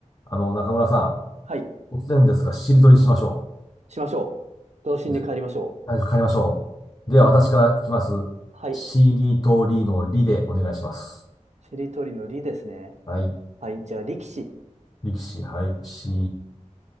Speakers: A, on the left; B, on the right.
A: あの、中村さ
B: はい。
A: ん、突然ですが、しりとりしましょ
B: しましょう。童心に帰りましょう。
A: う。じゃ、あ帰りましょう。では、私からいきます。
B: はい。
A: しりとりのりでお願いします。
B: しりとりのりですね。
A: はい。
B: はい。じゃあ、力士。
A: 力士、はい。し、